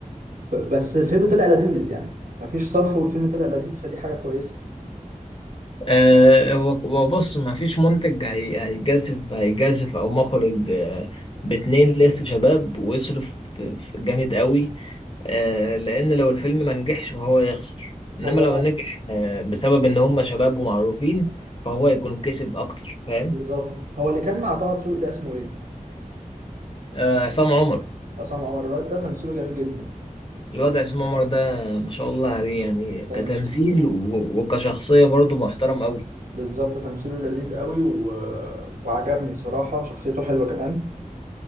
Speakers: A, on the right (about 80°); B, on the left (about 40°).
A: ف- بس الفيلم طلع لذيذ يعني مفيش صرف والفيلم طلع لذيذ فدي حاجه كويسه
B: أه وبص ما فيش منتج هي هيجازف هيجازف او مخرج أه باتنين لسه شباب ويصرف جامد قوي أه لان لو الفيلم ما نجحش فهو يخسر انما
A: هو
B: لو نجح أه بسبب ان هم شباب ومعروفين فهو يكون كسب اكتر فاهم
A: بالظبط هو اللي كان مع طه دسوقي ده اسمه ايه؟
B: أه عصام عمر
A: عصام عمر الواد ده تمثيله جميل جدا
B: الواد عصام عمر ده ما شاء الله عليه يعني كتمثيل
A: تمثيله
B: و- وكشخصية برضه محترم قوي
A: بالظبط تمثيله لذيذ قوي و... وعجبني بصراحة شخصيته حلوة كمان